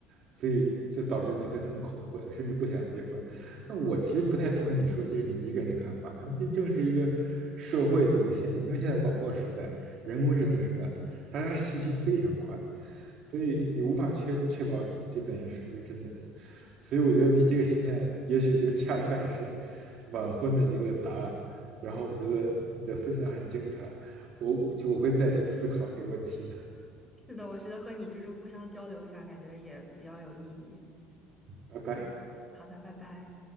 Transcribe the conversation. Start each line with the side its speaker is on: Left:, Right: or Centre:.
Right: 所以就导致你会很恐婚，甚至不想结婚。那我其实不太同意你说这是你一个人的看法，可能这正是一个社会的一个现象，因为现在网络时代、人工智能时代，大家信息非常快。所以你无法确确保你这边人是不是真的人，所以我觉得你这个心态也许就恰恰是晚婚的一个答案。然后我觉得你你的分享很精彩，我就我会再去思考这个问题的。
Centre: 是的，我觉得和你就是互相交流一下，感觉也比较有意义。
Right: 拜拜。
Centre: 好的，拜拜。